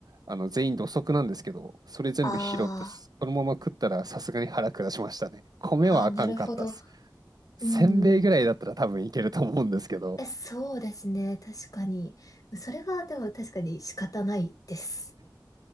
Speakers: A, on the right; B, on the left.
A: あの全員土足なんですけどそれ全部拾ってそのまま食ったらさすがに腹下しましたね米はあかんかったっす
B: あーあー、なるほど。
A: せんべいぐらいだったら多分いけると思うんですけど
B: うん。え、そうですね。確かに。それは、でも確かに仕方ないです。